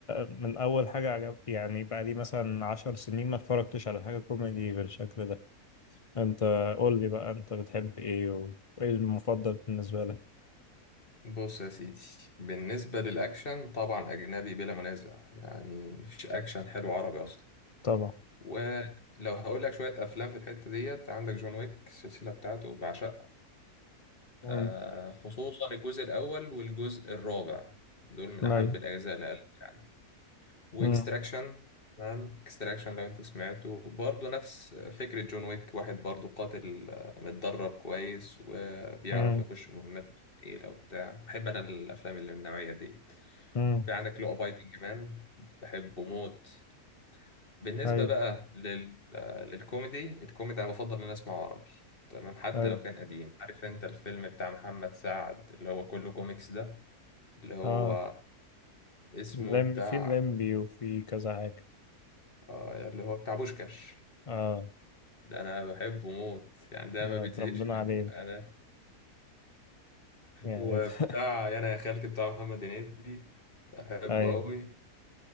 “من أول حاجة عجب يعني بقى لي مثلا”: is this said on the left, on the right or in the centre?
Left